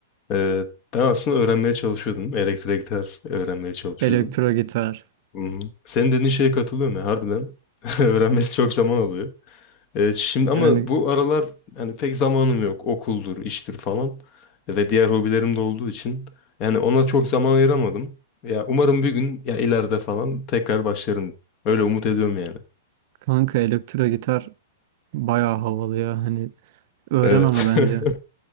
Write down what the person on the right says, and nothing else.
Elektro gitar.
Yani
kanka elektro gitar bayağı havalı ya. Hani öğren
onu bence.